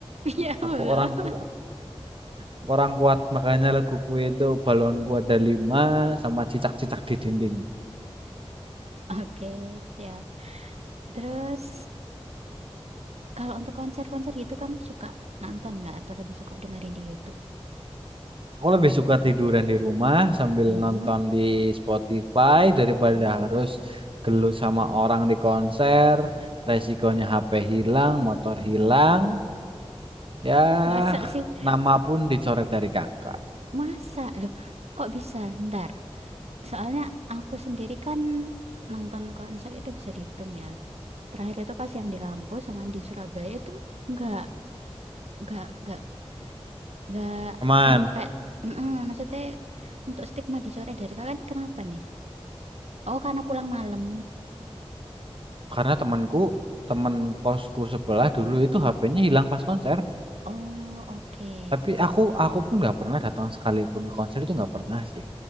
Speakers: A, on the right; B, on the right.
A: Ya Allah.
B: Aku orang kuat, Aku orang kuat. Makanya laguku itu balonku ada lima sama cicak-cicak di dinding.
A: Oke, siap. Terus kalau untuk konser-konser gitu kamu suka nonton nggak atau lebih suka dengerin di YouTube?
B: Aku lebih suka tiduran di rumah sambil
A: Mm-mm,
B: nonton di Spotify daripada
A: mm-mm.
B: harus gelut sama orang di konser. Resikonya HP hilang, motor hilang. Ya,
A: Masa sih?
B: nama pun dicoret dari kakak.
A: Masa? Loh, kok bisa? Bentar. Soalnya aku sendiri kan nonton konser itu bisa dihitung ya. Terakhir itu pas yang di kampus sama di Surabaya itu nggak, nggak, nggak, nggak
B: Teman,
A: sampai. Mm-mm, maksudnya untuk stigma dicoret dari kalian kenapa nih? Oh, karena pulang malam.
B: karena temanku, teman kosku sebelah dulu itu HP-nya hilang pas konser.
A: Oh, oke.
B: Tapi aku aku pun nggak pernah datang sekalipun ke konser itu nggak pernah sih.